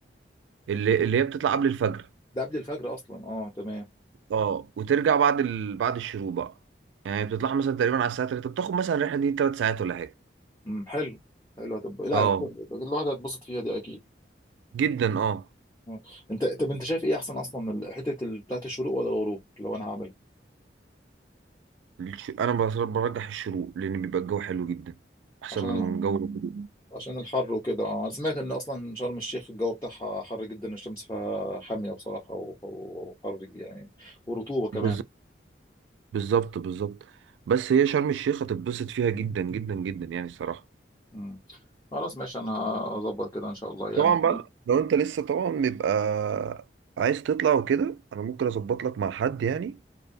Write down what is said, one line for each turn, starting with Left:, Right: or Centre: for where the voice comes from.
Right: اللي اللي هي بتطلع قبل الفجر
Left: ده قبل الفجر اصلا اه تمام
Right: أه وترجع بعد ال... بعد الشروق بقى يعني بتطلعها مثلا تقريبا على الساعة 3 بتاخد مثلا الرحلة دي 3 ساعات ولا حاجة
Left: مم، حلو حلو طب لا
Right: أه
Left: الواحد هيتبسط فيها دي اكيد
Right: جدا أه
Left: آه. انت طب انت شايف ايه احسن اصلا ال- حته ال- بتاعت الشروق ولا الغروب لو انا هعملها
Right: الش- أنا بصراحة برجح الشروق لأن بيبقى الجو حلو جدا أحسن
Left: عشان
Right: من
Left: ال...
Right: جو الغروب.
Left: عشان الحر وكده اه انا سمعت ان اصلا شرم الشيخ الجو بتاعها حر جدا الشمس فيها حاميه بصراحه و- و- وحر يعني ورطوبه كمان
Right: ب... بالظبط بالظبط بس هي شرم الشيخ هتتبسط فيها جدا جدا جدا يعني الصراحة
Left: مم. خلاص ماشي انا هظبط كده ان شاء الله يعني
Right: طبعا بقى لو انت لسه طبعا بيبقى عايز تطلع وكده انا ممكن اظبط لك مع حد يعني